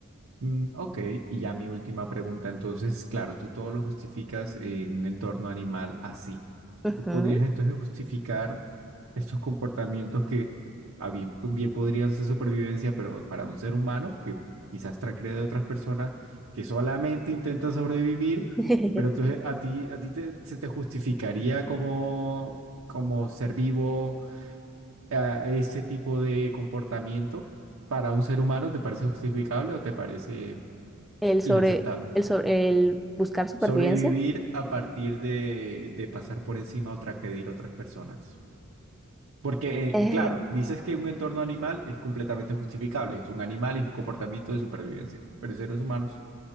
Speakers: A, on the right; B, in the centre.
A: Mm, ok, y ya mi última pregunta. Entonces, claro, tú todo lo justificas en un entorno animal así.
B: Ujú.
A: Tú podrías entonces justificar estos comportamientos que a bien, pues, bien podrían ser supervivencia, pero para un ser humano que quizás transgrede de otras personas que solamente intenta sobrevivir,
B: <laughs>
A: pero entonces a ti, a ti te- se te justificaría como, como ser vivo a ese tipo de comportamiento para un ser humano, ¿te parece justificable o te parece
B: el sobre,
A: inaceptable?
B: el sobre, el buscar supervivencia.
A: Sobrevivir a partir de, de pasar por encima o transgredir otras personas. Porque,
B: Eh,
A: eh, claro, dices que un entorno animal es completamente justificable. Es un animal y es un comportamiento de supervivencia. Pero en seres humanos.